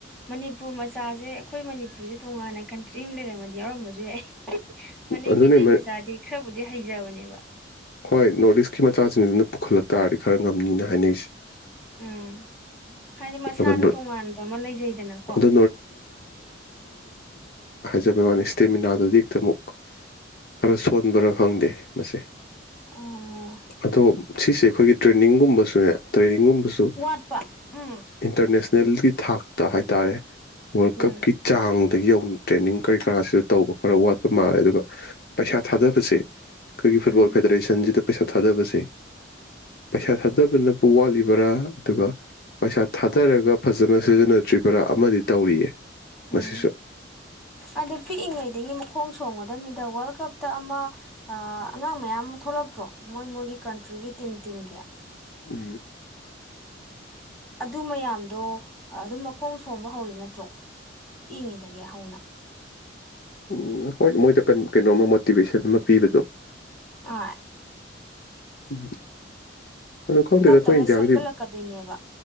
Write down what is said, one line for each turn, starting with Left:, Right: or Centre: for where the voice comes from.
Centre: ꯃꯅꯤꯄꯨꯔ ꯆꯥꯁꯦ ꯑꯩꯈꯣꯏ ꯃꯅꯤꯄꯨꯔꯁꯦ ꯇꯣꯉꯥꯟꯅ ꯀꯟꯇ꯭ꯔꯤ ꯑꯃ ꯂꯩꯔꯝꯃꯗꯤ ꯌꯥꯎꯔꯝꯕꯁꯨ ꯌꯥꯏ ꯃꯅꯩ
Left: ꯑꯗꯨꯅꯦ
Centre: ꯃꯩꯇꯩ
Left: ꯃ-
Centre: ꯃꯆꯥꯗꯤ ꯈꯔꯕꯨꯗꯤ ꯍꯩꯖꯕꯅꯦꯕ
Left: ꯍꯣꯏ ꯅꯣꯔꯠ ꯏꯁꯀꯤ ꯃꯆꯥꯁꯤꯡꯁꯤꯅ ꯄꯨꯈꯠꯂꯛ ꯇꯥꯔꯗꯤ ꯈꯔ ꯉꯝꯅꯤꯅ ꯍꯥꯏꯅꯁꯦ
Centre: ꯎꯝ ꯍꯥꯏꯗꯤ ꯃꯁꯥꯗ
Left: ꯑꯗꯣ ꯅꯣꯔꯠ
Centre: ꯇꯣꯉꯥꯟꯕ ꯑꯃ ꯂꯩꯖꯩꯗꯅꯀꯣ
Left: ꯑꯗꯣ ꯍꯥꯏꯖꯕ ꯋꯥꯅꯤ ꯏꯁꯇꯦꯃꯤꯅꯥꯗꯨꯗꯤ ꯍꯦꯛꯇ ꯑꯃꯨꯛ ꯈꯔ ꯁꯣꯟꯕꯔꯥ ꯈꯪꯗꯦ ꯃꯁꯦ
Centre: ꯎꯝ
Left: ꯑꯗꯣ ꯁꯤꯁꯦ ꯑꯩꯈꯣꯏꯒꯤ ꯇ꯭ꯔꯦꯅꯤꯡꯒꯨꯝꯕꯁꯨꯅꯦ ꯇ꯭ꯔꯦꯅꯤꯡꯒꯨꯝꯕꯁꯨ
Centre: ꯋꯥꯠꯄ ꯎꯝ
Left: ꯏꯟꯇꯔꯅꯦꯁꯅꯦꯜꯒꯤ ꯊꯥꯛꯇ ꯇ ꯍꯥꯏꯇꯥꯔꯦ ꯋꯥꯔꯜ
Centre: ꯎꯝ
Left: ꯀꯞꯀꯤ ꯆꯥꯡꯗꯒꯤ ꯌꯧꯅ ꯇ꯭ꯔꯦꯟꯅꯤꯡ ꯀꯔꯤ ꯀꯔꯥꯁꯤꯗ ꯇꯧꯕ ꯈꯔ ꯋꯥꯠꯄ ꯃꯥꯜꯂꯦ ꯑꯗꯨꯒ ꯄꯩꯁꯥ ꯊꯥꯗꯕꯁꯦ ꯑꯩꯈꯣꯏꯒꯤ ꯐꯨꯠꯕꯣꯜ
Centre: ꯎꯝ
Left: ꯄꯔꯦꯁꯟꯁꯤꯗ ꯄꯩꯁꯥ ꯊꯥꯗꯕꯁꯦ ꯄꯩꯁꯥ ꯊꯥꯗꯕꯅꯕꯨ ꯋꯥꯠꯂꯤꯕꯔꯥ ꯑꯗꯨꯒ ꯄꯩꯁꯥ ꯊꯥꯗꯔꯒ ꯐꯖꯅ ꯁꯤꯖꯤꯟꯅꯗ꯭ꯔꯤꯕꯔꯥ ꯑꯃꯗꯤ ꯇꯧꯔꯤꯌꯦ
Centre: ꯎꯝ
Left: ꯃꯁꯤꯁꯨ
Centre: ꯑꯗꯣ ꯄꯤꯛꯏꯉꯩꯗꯒꯤ ꯃꯈꯣꯡ ꯆꯣꯡꯒꯗꯕꯃꯤꯗ ꯋꯥꯔꯜ ꯀꯞꯇ ꯑꯃ ꯑꯉꯥꯡ ꯃꯌꯥꯝ ꯑꯃ ꯊꯣꯛꯂꯛꯇ꯭ꯔꯣ ꯃꯣꯏ ꯃꯣꯏꯒꯤ ꯀꯟꯇ꯭ꯔꯤꯒꯤ ꯇꯤꯝ ꯇꯤꯝꯒꯌꯥ
Left: ꯎꯝ
Centre: ꯑꯗꯨ ꯃꯌꯥꯝꯗꯣ ꯑꯗꯨꯝ ꯃꯈꯣꯡ ꯁꯣꯝꯕ ꯍꯧꯔꯤ ꯅꯠꯇ꯭ꯔꯣ ꯄꯤꯉꯤꯗꯒꯤ ꯍꯧꯅ
Left: ꯎꯝ ꯍꯣꯏ ꯃꯣꯏꯗ ꯀ ꯀꯩꯅꯣ ꯑꯃ ꯃꯣꯇꯤꯚꯦꯁꯟ ꯑꯃ ꯄꯤꯕꯗꯣ
Centre: ꯑ
Left: ꯎꯝ ꯑꯗꯣ ꯈꯪꯗꯦꯗ
Centre: ꯇꯞ
Left: ꯑꯩꯈꯣꯏ
Centre: ꯇꯞꯅ
Left: ꯏꯟꯗꯤꯌꯥꯒꯤꯗꯤ
Centre: ꯁꯦꯝꯒꯠꯂꯛꯀꯗꯣꯏꯅꯦꯕ